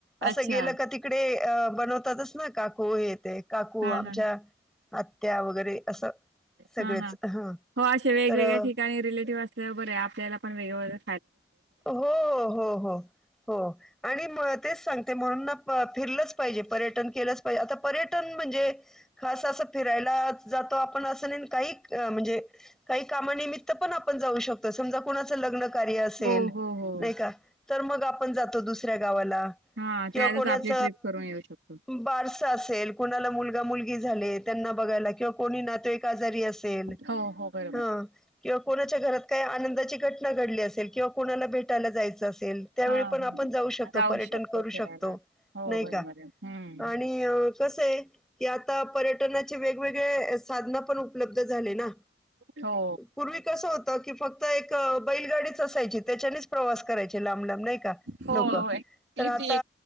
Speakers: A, in the centre; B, on the right (about 80°).
A: असं
B: अच्छा
A: गेलं का तिकडे अ बनवतातच ना काकू हे ते काकू
B: हा
A: आमच्या
B: हा
A: आत्या वगैरे असं. सगळेच
B: हा हा.
A: हं
B: हो असे वेगवेगळ्या
A: तर
B: ठिकाणी रिलेटिव्ह असल्या बरे आपल्याला पण वेगवेगळे
A: हो हो हो हो हो आणि म तेच सांगते म्हणून ना फिरलंच पाहिजे. पर्यटन केलंच पाहिजे आता पर्यटन म्हणजे खास अस फिरायला आपण अस नाही काही म्हणजे काही कामानिमित्त पण आपण जाऊ शकतो समजा कुणाचं लग्न कार्य असेल
B: हो हो हो
A: नाही का, तर मग आपण जातो दुसऱ्या गावाला
B: हां,
A: किंवा
B: त्यातच
A: कोणाच
B: आपली ट्रिप करून येऊ शकतो.
A: बारस असेल कोणाला मुलगा मुलगी झाले त्यांना बघायला किंवा कोणी नातेवाईक आजारी असेल
B: हो, हो, बरोबर.
A: हा किंवा कोणाच्या घरात काय आनंदाची घटना घडली असेल किंवा कुणाला भेटायला जायचं असेल त्यावेळी
B: हां,
A: पण आपण
B: हां.
A: जाऊ शकतो. पर्यटन
B: शकतो
A: करू
B: फिरायला.
A: शकतो
B: हो,
A: नाही
B: बरोबर
A: का.
B: आहे. हं.
A: आणि अ कसं आहे? की आता पर्यटनाचे वेगवेगळे साधन पण उपलब्ध झाले ना.
B: हो.
A: पूर्वी कसं होतं, की फक्त एक बैलगाडीच असायची त्याच्यानेच प्रवास करायचे लांब लांब नाही का
B: हो,
A: लोक
B: हो. किती
A: तर आता